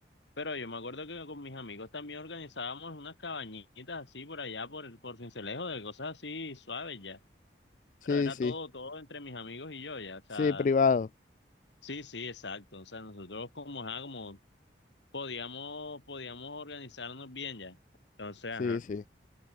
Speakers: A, on the left; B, on the left.
A: Pero yo me acuerdo que con mis amigos también organizábamos unas cabañitas así por allá, por, por Sincelejo, de cosas así suaves ya. Pero
B: Sí,
A: era
B: sí,
A: todo, todo entre mis amigos y yo, ya, o sea,
B: sí, privado.
A: sí, sí, exacto, o sea, nosotros como, ajá, como podíamos, podíamos organizarnos bien ya, entonces,
B: Sí,
A: ajá,
B: sí.